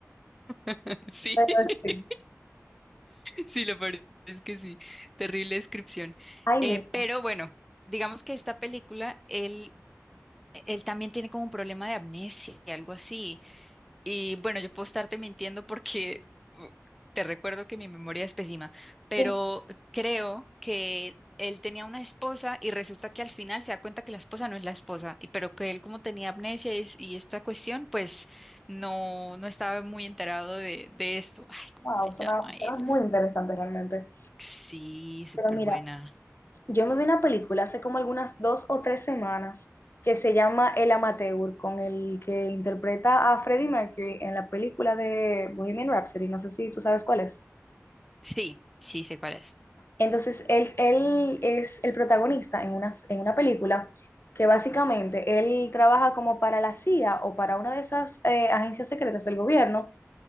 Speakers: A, in the centre; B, on the left (about 50°).
A: <laughs> Sí,
B: Pero
A: <laughs>
B: sí,
A: sí, lo peor es que sí, terrible descripción.
B: ahí
A: Eh,
B: mismo.
A: pero bueno. Digamos que esta película, él Él también tiene como un problema de amnesia, y algo así. Y bueno, yo puedo estarte mintiendo porque uh, te recuerdo que mi memoria es pésima, pero
B: Dije,
A: creo que él tenía una esposa y resulta que al final se da cuenta que la esposa no es la esposa, y- pero que él como tenía amnesia y, y esta cuestión, pues no, no estaba muy enterado de, de esto. Ay, ¿cómo
B: Wow,
A: se llama
B: suena,
A: él?
B: suena muy interesante realmente.
A: Sí, súper
B: Pero mira,
A: buena.
B: yo me vi una película hace como algunas dos o tres semanas que se llama El Amateur, con el que interpreta a Freddie Mercury en la película de Bohemian Rhapsody. No sé si tú sabes cuál es.
A: Sí, sí, sé cuál es.
B: Entonces, él, él es el protagonista en una, en una película que básicamente él trabaja como para la CIA o para una de esas eh, agencias secretas del gobierno